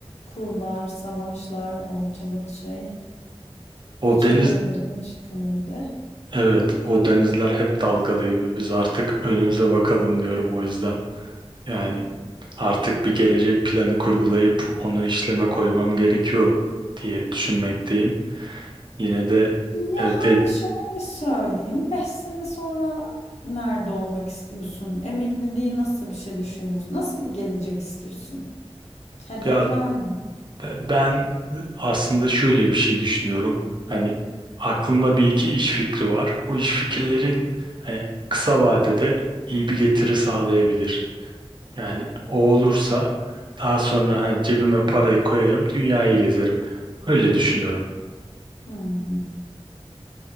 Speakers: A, on the left (about 85°); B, on the right (about 45°).
A: Kurlar, savaşlar, ortalık şey.
B: O
A: İç
B: deniz,
A: ekonomide, dış ekonomide.
B: evet o denizler hep dalgalı gibi. Biz artık önümüze bakalım diyorum o yüzden. Yani artık bir gelecek planı kurgulayıp onu işleme koymam gerekiyor diye düşünmekteyim. Yine de
A: Yani
B: evet de-
A: şöyle söyleyeyim. beş sene sonra nerede olmak istiyorsun? Emekliliği nasıl bir şey düşünüyorsun? Nasıl bir gelecek istiyorsun? Hedefler
B: ya
A: ne?
B: Be- Ben aslında şöyle bir şey düşünüyorum. Hani aklımda bir iki iş fikri var. Bu iş fikirlerin hani kısa vadede iyi bir getiri sağlayabilir. Yani o olursa daha sonra hani cebime parayı koyarım, dünyayı gezerim. Öyle düşünüyorum.
A: Hmm.